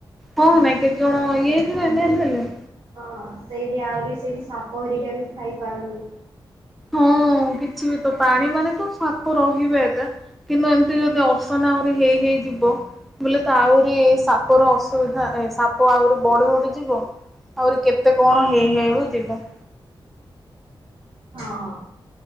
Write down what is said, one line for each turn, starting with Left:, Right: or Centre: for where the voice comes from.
Centre: ହଁ ନା କେତେ ଜଣ ଇଏ ହେଇଯିବେ ନେଲ ହେଲେ!
Right: ହଁ ସେଇଠି ଆହୁରି ସେଇଠି ସାପ ହେରିକା ବି ଥାଇ ପାରନ୍ତି।
Centre: ହଁ କିଛି ବି ତ ପାଣି ମାନେ ତୁ ସାପ ରହିବେ ଏଟା। କିନ୍ତୁ ଏମିତି ଯଦି ଅସନା ଆହୁରି ହେଇ ହେଇଯିବ- ବୋଲେ ତ ଆହୁରି ସାପ ର ଅସୁବିଧା ଏ ସାପ ଆହୁରି ବଢି ବଢିଯିବ। ଆହୁରି କେତେ କଣ ହେଇ ହେଉ ଯିବ।
Right: ହଁ!